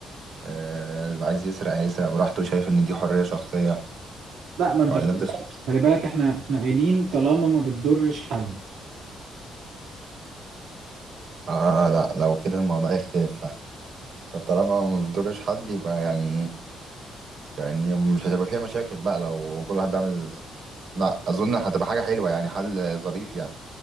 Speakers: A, on the right; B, on the right.
A: آه، اللي عايز يسرق هيسرق براحته شايف ان دي حرية شخصية
B: لا ما انت
A: ولا
B: خلي
A: انت
B: بالك
A: ش-
B: خلي بالك احنا احنا قايلين طالما ما بتضرش حد
A: آه آه، لا لو كده الموضوع يختلف طب طالما ما بتضرش حد يبقى يعني يعني مش هتبقى فيها مشاكل بقى لو كل واحد بيعمل لا اظن هتبقى حاجه حلوه يعني حل ظريف يعني